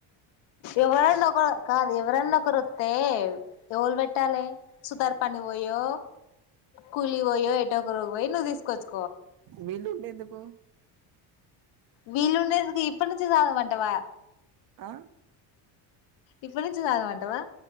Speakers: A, on the left; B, on the right.
A: ఎవరన్నా ఒకరు కాదు ఎవరన్నా ఒకరు వత్తే ఎవుల్ వెట్టాలే సుధార్ పని పోయ్యో కూలి పోయో ఎటోటోకరు పోయి నువ్వు తీసుకోవచ్చు
B: విల్లుండే ఎందుకు
A: వీళ్ళ ఉండదుకి ఇప్పు నుంచి తాగమంటవా
B: ఆ
A: ఇప్పుడు నుంచి తగమంటవా